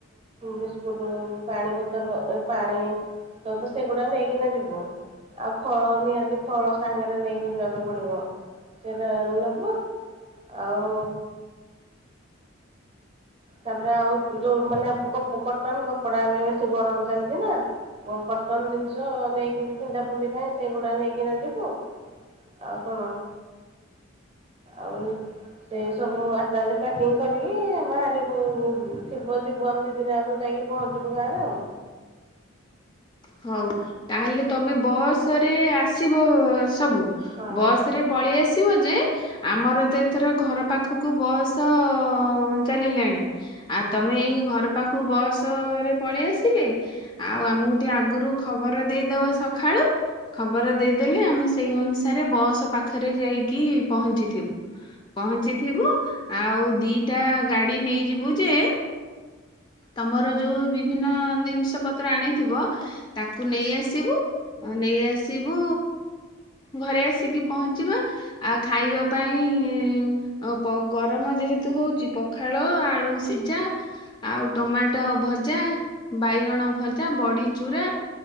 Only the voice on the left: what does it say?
ହଉ ତାହେଲେ ତମେ ବସ ଥରେ ଆସିବ ସବୁ
ବସ ରେ ପଳେଇ ଆସିବ ଯେ ଆମର ତ ଏଥର ଘର ପାଖକୁ ବସ ତ ଚାଲିଲାଣି ଆଉ ତମେ ଏଇ ଘର ପାଖକୁ ବସ ରେ ପଳେଇ ଆସିଲେ ଆଉ ଆମ ଆଗରୁ ଖବର ଦେଇଦବ ସକାଳୁ ଖବର ଦେଇଦେଲେ ଆମେ ସେଇ ଅନୁସାରେ ବସ ପାଖରେ ଯାଇକି ପହଞ୍ଚିଥିବୁ ପହଞ୍ଚିଥିବୁ ଆଉ ଦିଟା ଗାଡି ନେଇଯିବୁ ଯେ ତମର ଯୋଉ ବିଭିନ୍ନ ଜିନିଷ ପତ୍ର ଆଣିଥିବ ତାକୁ ନେଇଆସିବୁ ନେଇ ଆସିବୁ ଘରେ ଆସିକି ପହଞ୍ଚିବା ଆଉ ଖାଇବା ପାଇଁ ଗରମ ଯେହେତୁ ହଉଛି ପଖାଳ ଆଳୁ ସିଝା ଆଉ ଟମାଟୋ ଭଜା ବାଇଗଣ ଭଜା ବଡ଼ି ଚୁରା